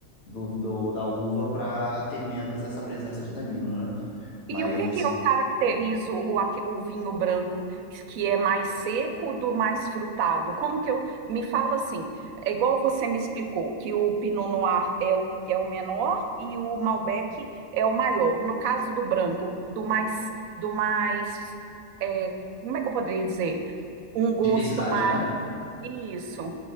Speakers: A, on the left (about 80°); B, on the right (about 80°).
A: do, do- da uva para ter menos essa presença de tanino, né? Mas
B: E o que que eu caracterizo o, aque- o vinho branco que é mais seco do mais frutado? Como que eu me fala assim? É igual você me explicou que o Pinot Noir é o, é o menor e o Malbec é o maior. No caso do branco, do mais do mais é, como é que eu poderia dizer? Um gosto
A: de intensidade,
B: mais
A: né?
B: Isso.